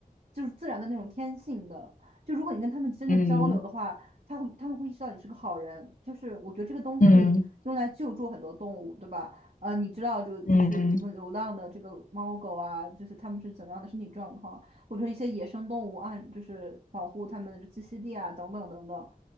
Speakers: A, on the right; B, on the left.
A: 就是自然的那种天性的。就如果你跟他们真的交流的话。
B: 嗯
A: 他们他们会意识到你是个好人，就是我觉得这个东西可以用来救助很多动物，
B: 嗯
A: 对吧？呃，你知道就就是有什么流浪的这个猫狗啊，
B: 嗯嗯
A: 就是它们是怎么样的身体状况，或者一些野生动物按就是保护它们的栖息地啊，等等等等。